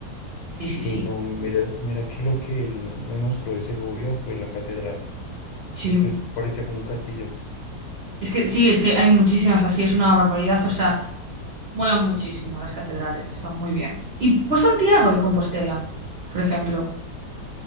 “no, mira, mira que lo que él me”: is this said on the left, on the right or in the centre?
Left